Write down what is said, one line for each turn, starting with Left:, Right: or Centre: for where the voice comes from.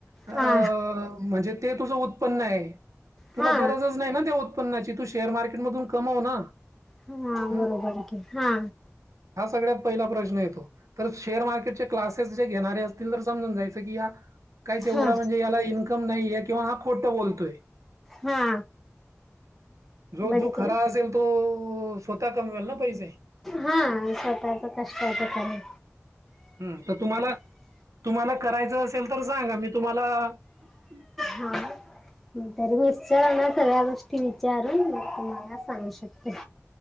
Right: अ,
Centre: हा
Right: म्हणजे ते तुझ उत्पन्न आहे, तुला
Centre: हा
Right: गरजच नाही ना तेऽ न्नाची, तू शेअर मार्केट मधून कमाव ना,,
Centre: हा
Right: अम
Centre: बरोबर हा,
Right: हा सगळ्यात पहिला प्रश्न येतो. तर शेअर मार्केटचे क्लासेस जे घेणारे असतील तर समजून जायचं की हा काही तेवढा
Centre: हा
Right: म्हणजे याला इन्कम नाहीये,, किंवा हा खोटं बोलतोय.
Centre: हा,
Right: जो
Centre: बडी
Right: जो खरा
Centre: तू
Right: असेल तो स्वतः कमवेल ना पैसे
Centre: हा स्वतःच कष्ट आहे ठिकाणी
Right: ह तर तुम्हाला तुम्हाला करायचं असेल तर सांगा मी तुम्हाला म्
Centre: हा तरी निशचार सगळ्या गोष्टी विचारून मी तुम्हाला सांगू शकतो ते